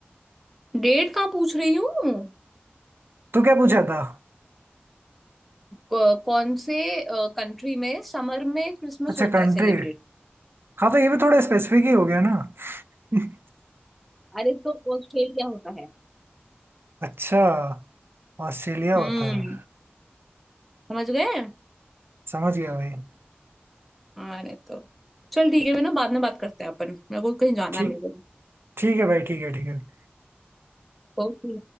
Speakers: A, in the centre; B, on the right (about 65°).
A: डेट कहाँ पूछ रही हूँ
B: तो क्या पूछा था
A: क- कौन से कंट्री में समर में क्रिसमस
B: अच्छा
A: होता
B: कंट्री
A: है सेलिब्रेट
B: हाँ तो ये भी थोड़ा स्पेसिफिक ही हो गया ना <laughs>
A: अरे तो ऑस्ट्रेलिया होता है
B: अच्छा ऑस्ट्रेलिया होता
A: हम्म
B: है
A: समझ गए
B: समझ गया भाई
A: अरे तो चल ठीक है भी ना बाद में बात करते हैं अपन मेरे को कहीं जाना
B: ठीक
A: है मेरे को
B: ठीक है भाई ठीक है ठीक है
A: ओके